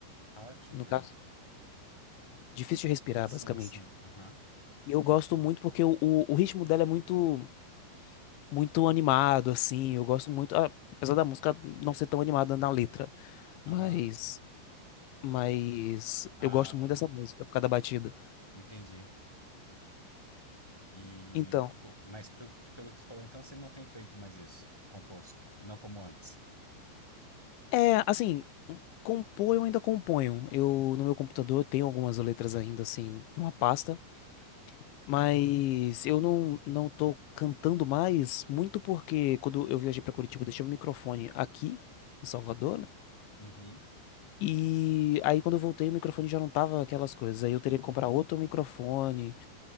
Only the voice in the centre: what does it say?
Hard to
Breathe.
Sim,
sim, aham,
aham.
Ah,
Entendi. E
tu co- mas pelo, pelo que tu falou, então você não tem feito mais isso, composto, não como antes.
Uhum.